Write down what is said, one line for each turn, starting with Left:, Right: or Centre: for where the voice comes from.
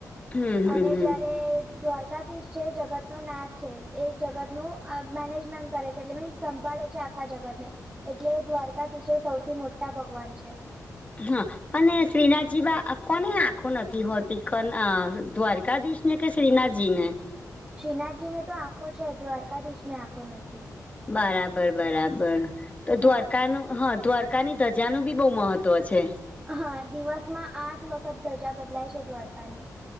Left: હમ
Right: અને
Left: હમ હમ
Right: જયારે દ્વાર તાદિશ છે જગતના નાથ છે એ જગતનું અ મેનેજમેન્ટ કરે છે એટલે મીન્સ સંભાળે છે આખા જગતને, એટલે દ્વારકાધીશ એ સૌથી મોટા ભગવાન છે.
Left: હા અને શ્રીનાથજીબા આ કોને આંખો નથી હોતી કન અ દ્વારકાધીશ ની કે શ્રીનાજીની.
Right: શ્રીનાથજી ને તો આખો છે દ્વારકાધીશને આખો નથી.
Left: બરાબર બરાબર. તો
Right: હા
Left: દ્વારકાનું હ દ્વાર ત્યાંની ધજાનું બી બઉ મહત્વ છે.
Right: હા દિવસમાં આઠ વખત ધજા બદલાય છે દ્વારકાની.